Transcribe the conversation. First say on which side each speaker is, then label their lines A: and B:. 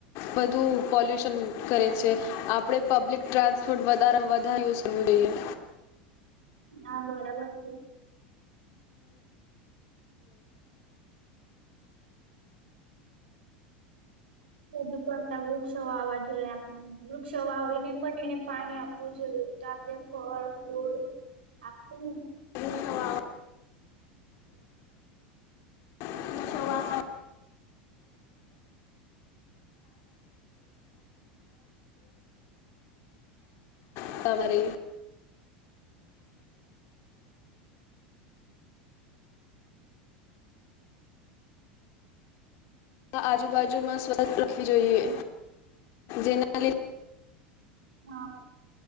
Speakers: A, on the left; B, on the right.
A: વધુ પોલ્યુશન કરે છે આપડે પબ્લિક ટ્રાન્સપોર્ટ વધારે વધારે કરવું જોઈએ
B: ના બરાબર છે વધુ પડતા વૃક્ષ વાવવા જોઈએ વૃક્ષ વાવીને પણ એને પાણી આપવું જોઈએ તો આપણે ફળ ફૂટ આપ <unintelligible>
A: <inaudible> તમારે <inaudible> આજુબાજુમાં સ્વસ્થ રાખવી જોઈએ જેના લી
B: હા